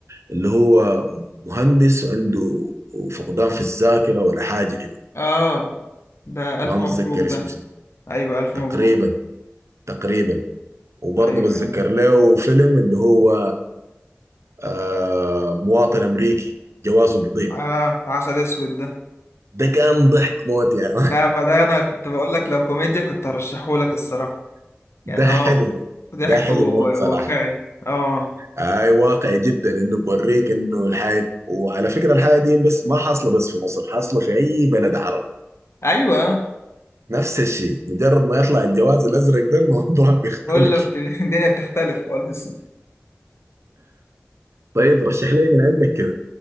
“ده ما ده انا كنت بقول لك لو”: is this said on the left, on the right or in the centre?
Left